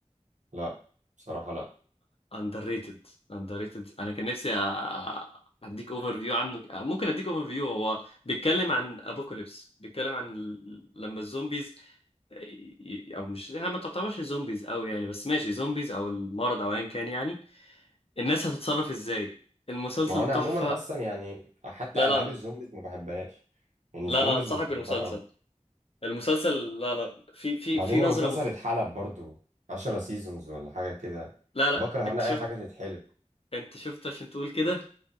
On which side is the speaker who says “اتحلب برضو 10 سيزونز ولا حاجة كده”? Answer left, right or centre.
Right